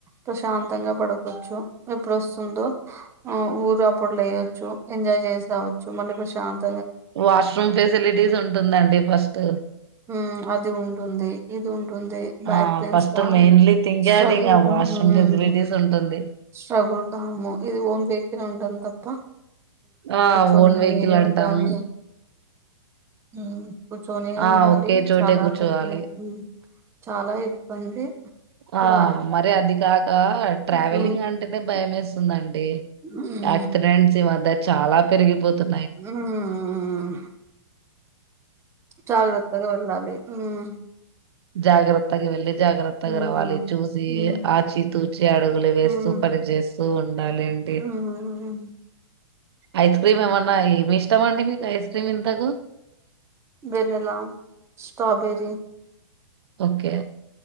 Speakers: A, on the right (about 15°); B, on the right (about 60°).
A: ప్రశాంతంగా పడకోచ్చు, ఎప్పుడు వస్తుందో ఊరు అప్పుడు లేయొచ్చు, ఎంజాయ్ చేస్తా వచ్చు మళ్ళీ ప్రశాంత.
B: వాష్రూమ్ ఫెసిలిటీస్ ఉంటుందండి ఫస్ట్
A: హ్మ్మ్ అది ఉంటుంది ఇది ఉంటుంది. బ్యాక్
B: ఆ
A: పెయిన్స్
B: ఫస్ట్
A: కానీ,
B: మెయిన్లీ థింక్
A: స్ట్రగుల్
B: అది ఇంకా
A: కా
B: వాష్రూమ్
A: హ్మ్.
B: ఫెసిలిటీస్ ఉంటుంది.
A: స్ట్రగుల్ కాము ఇది ఓన్ బ ఉంటది తప్ప
B: ఆ
A: కుచ్చోని
B: ఓన్ వెహికల్
A: అవే
B: అంటాం
A: రావి హ్మ్మ్ కూర్చొనే
B: ఆ
A: ఉండాలి
B: ఒకే చోటే
A: చాలా
B: కూర్చోవాలి
A: పెద్ద చాలా ఇబ్బంది. పడాలి.
B: ఆ మరి అది కా ఆ ట్రావెలింగ్
A: హ్మ్.
B: అంటేనే భయం వేస్తుందండి
A: హ్మ్.
B: యాక్సిడెంట్స్ ద చాల పెరిగిపోతుంది
A: ఊ హ జాగ్రత్తగ వెళ్లాలి ఉమ్
B: జాగ్రత్తగ వెళ్ళి జాగ్రత్తగా
A: హ్మ్.
B: రావాలి చూసి
A: హ్మ్.
B: ఆచి తూచి అడుగులు వేస్తూ
A: హ్మ్.
B: పని చేేస్తూ ఉండాలి అండి
A: హ్మ్.
B: ఐస్ క్రీమ్ ఏమన్న ఏమి ఇష్టం అండి మీకు ఐస్ క్రీమ్ ఇంతకు
A: వెెన్నెలా స్పాబెర్రీ
B: ఒకే